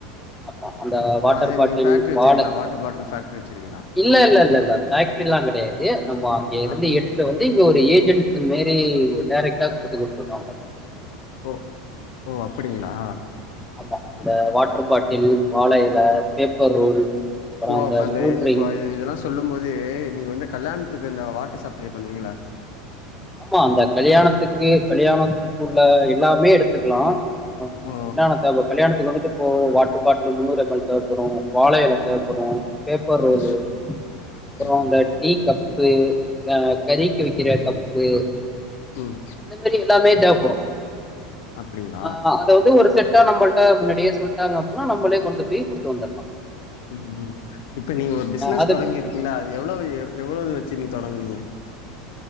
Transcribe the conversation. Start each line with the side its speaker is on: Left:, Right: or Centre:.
Centre: ஆமா அந்த வாட்டர்
Left: அது
Centre: பாட்டில்
Left: நீங்க ஃபேக்ட்ரி வச்சிருக்கீங்களா
Centre: வாட
Left: வாட்டர் பாட்டில் ஃபேக்ட்ரி வச்சிருக்கீங்களா
Centre: இல்ல இல்ல இல்ல பேக்டரி எல்லாம் கிடையாது நம்ம அங்க இருந்து
Left: ஆ
Centre: எடுத்துட்டு வந்து இங்க ஒரு ஏஜென்சி மேரி டைரெக்ட்டா கொத்துக்கட்டு இருக்கிங்க
Left: ஓ ஓ அப்படிங்களா
Centre: ஆமா அந்த வாட்டர் பாட் டில் வாழையில பேப்பர் ரோல் அப்புறோ
Left: ஓ அப்ப அந்த
Centre: கூல் ட்ரிங்க்ஸ்
Left: இப்ப இதெல்லாம் சொல்லும் போது நிங்க வந்து கல்யாணத்துக்கு இந்த வாட்டர் சப்ளை பண்ணுவீங்களா
Centre: ஆமா அந்த கல்யாணத்துக்கு கல்யாணத்துக்குள்ள எல்லாமே எடுத்துக்கலாம் ஆஹ்
Left: ஓ
Centre: என்ன தேவவு கல்யாணக்கு வந்துட்டு இப்போத வாட்டர் பாட்டில் முன்னூர் எம்எல் தேவைப்படும் வாழையல தேவைப்படும்
Left: ம்
Centre: பேப்பர் ரோல்
Left: ம்
Centre: அப்புறம்
Left: சரி
Centre: இந்த டீ கப் அஹ் கறிக்கு வக்க த்து
Left: ம்
Centre: இந்த மாதிரி எல்லாமே தேவைப்படும்
Left: அப்படிங்களா
Centre: ஆஹ் அதாவது ஒரு செட் டா நம்மளிட்ட முன்னாடியே சொல்லிட்டாங்க அப்படினா நம்மளே கொண்டு போய் கொடுத்து வந்துடலாம்
Left: உம்உம் இப்ப நீங்க ஒரு பிசினஸ்
Centre: அது
Left: தொடங்கிருக்கீங்களா அது எவ்வளவு எவ்ளவு வெச்சி தோடங்கீனிங்க